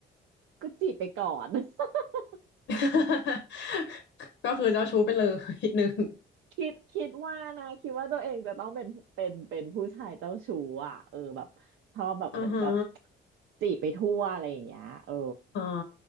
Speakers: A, on the right; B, on the left.
A: ก็จีบไปก่อน <laughs>
B: <laughs> ก็คือเจ้าชู้ไปเลย <laughs> หนึ่ง
A: คิดคิดว่านะคิดว่าตัวเองจะต้องเป็นเป็นเป็นผู้ชายเจ้าชู้อ่ะเออแบบชอบแบบเหมือนแบบ
B: อือฮะ
A: จีบไปทั่วอะไรอย่างเงี้ยเออ
B: อ๋อ